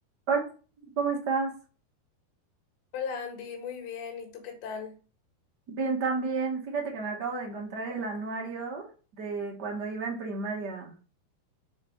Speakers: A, on the right (about 70°); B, on the left (about 80°).
A: Hola, ¿cómo estás?
B: Hola Andy, muy bien, ¿y tú qué tal?
A: Bien, también. Fíjate que me acabo de encontrar el anuario de cuando iba en primaria.